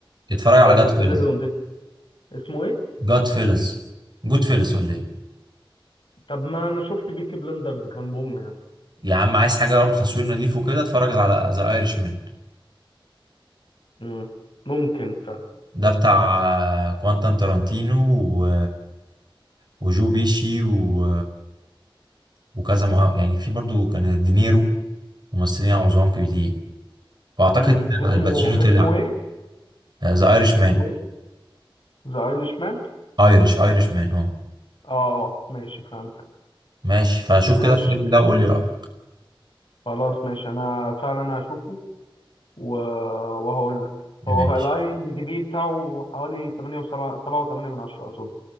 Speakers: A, on the right (about 55°); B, on the left (about 65°).
A: اتفرج
B: بسيناريو
A: على جاد فيلز
B: نظيف اسمه ايه
A: جاد فيلز جود فيلز ولا ايه
B: طب ما انا شفت بيكي بلندرز كان بوم يعني
A: يا عم عايز حاجه برضه تصوير نضيف وكده اتفرج على ذا ايرش مان
B: مم. ممكن فعلا
A: ده بتاع آه، كوانتان تارانتينو و... وجو بيشي و... وكذا مع... يعني في برضه كان دينيرو ممثلين عظام كتير واعتقد
B: مم. اسمه
A: الباتشينو طلع
B: اسمه ايه
A: ذا ايرش
B: اسمه
A: مان
B: ايه ذا ايليش مان
A: ايرش ايرش مان اه
B: اه آه، ماشي فهمت
A: ماشي فشوف
B: ماشي
A: كده الفيلم ده وقول لي رايك
B: خلاص ماشي انا فعلا هشوفه و... وهقول لك
A: ماشي
B: هو الاي ام بي دي بي بتاعه حوالي 8 و7 7 و8 من 10 اظن